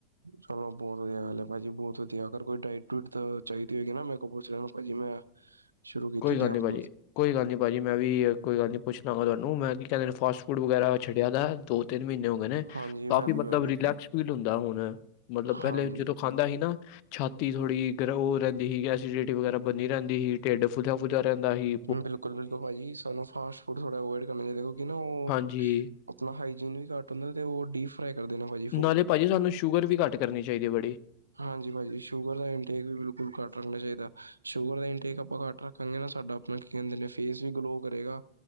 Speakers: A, on the right; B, on the left.
A: ਚਲੋ ਬਹੁਤ ਵਧੀਆ ਗੱਲ ਹੈ। ਭਾਜੀ ਬਹੁਤ ਵਧੀਆ ਅਗਰ ਕੋਈ ਡਾਈਟ ਡੂਟ ਤਾਂ ਚਾਹੀਦੀ ਹੋਏਗੀ ਨਾ ਮੇ ਕੋਲ ਪੁੱਛ ਲੈਣਾ। ਭਾਜੀ ਮੈਂ <unintelligible>
B: ਕੋਈ
A: ਦੀਆਂ
B: ਗੱਲ ਨਹੀਂ
A: ਬਹੁਤ
B: ਭਾਜੀ। ਕੋਈ ਗੱਲ ਨਹੀਂ ਭਾਜੀ। ਮੈਂ ਵੀ ਕੋਈ ਗੱਲ ਨਹੀਂ। ਪੁੱਛ ਦੰਗਾਂ ਤੁਹਾਨੂੰ ਮੈਂ ਕੀ ਕਹਿੰਦੇ ਨੇ ਫਾਸਟ ਫੂਡ ਵਗੈਰਾ ਛਡਿਆ ਦਾ ਦੋ ਤਿੰਨ ਮਹੀਨੇ ਹੋ ਗਏ ਨੇ।
A: ਹਾਂਜੀ
B: ਕਾਫ਼ੀ
A: ਮੈਂ ਵੀ ਮੈਂ
B: ਮਤਲਬ
A: ਵੀ
B: ਰਿਲੈਕਸ ਫੀਲ ਹੁੰਦਾ ਹੁਣ ਮਤਲਬ ਪਹਿਲੇ
A: ਹਾਂਜੀ
B: ਜਦੋਂ ਖਾਂਦਾ ਸੀ ਨਾ ਛਾਤੀ ਥੋੜ੍ਹੀ ਗ ਰਹਿੰਦੀ ਸੀ ਐਸਿਡੀਟੀ ਵਗੈਰਾ ਬੰਨੀ ਰਹਿੰਦੀ ਸੀ ਢਿੱਡ ਬੁਝਾ ਬੁਝਾ ਰਹਿੰਦਾ ਹੀ।
A: ਬਿਲਕੁਲ ਬਿਲਕੁਲ ਭਾਜੀ ਸਾਨੂੰ ਫਾਸਟ ਫੂਡ ਥੋੜ੍ਹਾ ਅਵੋਇਡ ਕਰਨਾ ਚਾਹੀਦਾ ਕਿਉਂਕਿ ਨਾ ਉਹ
B: ਹਾਂਜੀ।
A: ਆਪਣਾ ਹਾਈਜੀਨ ਵੀ ਘੱਟ ਹੁੰਦਾ। ਤੇ ਉਹ ਡੀਫ ਫਰਾਈ ਕਰ ਦੇ ਨਾ ਭਾਈ।
B: ਨਾਲੇ ਪਾਜੀ ਤਾਣੁ ਸ਼ੂਗਰ ਵੀ ਘੱਟ ਕਰਨੀ ਚਾਹੀਦੀ ਹੈ ਬੜੀ
A: ਹਾਂਜੀ ਭਾਜੀ ਸ਼ੂਗਰ ਇੰਟੇਕ ਵੀ ਬਿਲਕੁਲ ਕਟ ਰੱਖਣਾ ਚਾਹੀਦਾ। ਸ਼ੂਗਰ ਦਾ ਇਨਟੇਕ ਆਪਾਂ ਕੱਟ ਕਈ ਨਾਲ ਸਾਡਾ ਆਪਣਾ ਕੀ ਕਿੰਦੇ ਨੇ। ਫੇਸ ਵੀ ਗਲੋ ਕਰੇਗਾ।